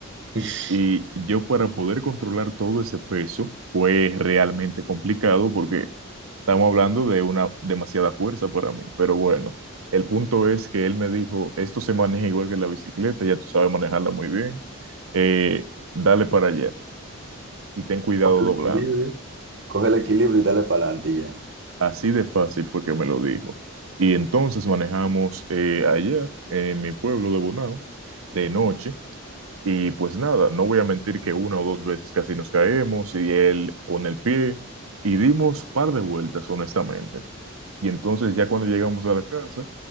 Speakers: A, on the right (about 55°); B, on the right (about 80°).
A: <laughs>
B: Y yo para poder controlar todo ese peso fue realmente complicado porque estamos hablando de una demasiada fuerza para mí. Pero bueno, el punto es que él me dijo, esto se maneja igual que la bicicleta, ya tú sabes manejarla muy bien, eh, dale para allá y ten cuidado
A: Coge
B: doblando.
A: el equilibrio. Coge el equilibrio y dale para adelante y ya.
B: Así de fácil fue que me lo dijo. Y entonces manejamos eh, allá, en mi pueblo de Bonao, de noche. Y pues nada, no voy a mentir que una o dos veces casi nos caemos y él pone el pie y dimos par de vueltas, honestamente. Y entonces ya cuando llegamos a la casa,